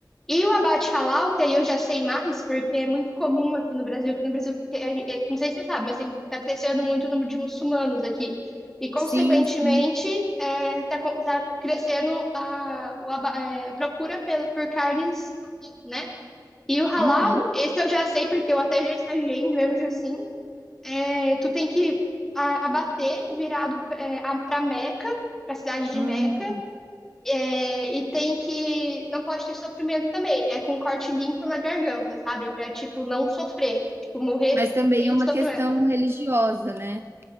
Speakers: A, in the centre; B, on the right.
A: E o abate halal, que aí eu já sei mais, porque é muito comum aqui no Brasil, aqui no Brasil, que a gente- é- não sei se você sabe, mas assim, tá crescendo muito o número de muçulmanos aqui. E, consequentemente,
B: Sim, sim.
A: é, tá, co- tá crescendo a, o aba- é, a procura pelo, por carnes, né? E o halal,
B: Uhum,
A: esse eu já sei, porque eu até já estagiei em granja assim, é, tu tem que a- abater virado é, a- pra Meca, pra cidade de
B: hum.
A: Meca, é, e tem que. Não pode ter sofrimento também. É com corte limpo na garganta, sabe? Pra, tipo, não sofrer. Tipo, morrer
B: Mas também
A: sem
B: é uma
A: sofrimento.
B: questão religiosa, né?